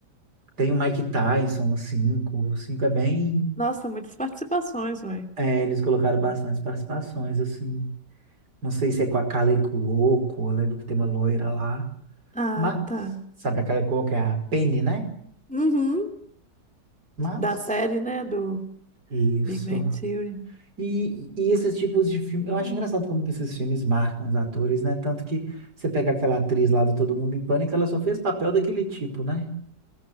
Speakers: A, on the right (about 65°); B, in the centre.
A: Tem o Mike Tyson no cinco, O 5 é bem.
B: Nossa, muitas participações, velho.
A: é, eles colocaram bastante participações, assim. Não sei se é com a Kaley Cuoco, eu lembro que tem uma loira lá.
B: Ah,
A: Mas,
B: tá.
A: sabe a Kaley Cuoco é a Penny, né?
B: Uhum.
A: Mas,
B: Da série, né? Do
A: isso.
B: Big Bang Theory.
A: E, e esses tipos de filme, eu acho
B: Hum.
A: engraçado como que esses filmes marcam os atores, né? Tanto que você pega aquela atriz lá do Todo Mundo em Pânico, ela só fez papel daquele tipo, né?